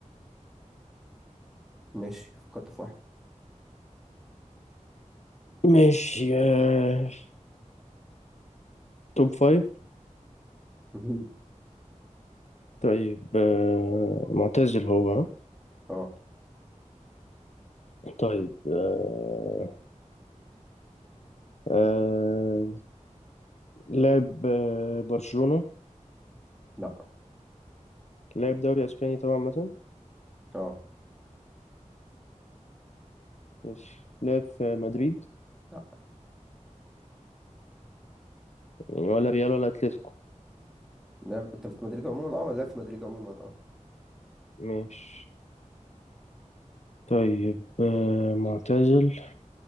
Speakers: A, in the centre; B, on the left.
A: ماشي فكرت في واحد
B: ماشي آه، توب فايف
A: <laughs>
B: طيب آه، معتزل هو ها؟
A: اه
B: طيب آه، آه، لعب آه، برشلونة
A: لا
B: لعب دوري اسباني طبعا مثلا
A: اه
B: ماشي لعب في مدريد
A: لا
B: يعني ولا ريال ولا اتلتيكو
A: لعب انت في مدريد عموما اه لعب في مدريد عموما اه
B: ماشي طيب آه، معتزل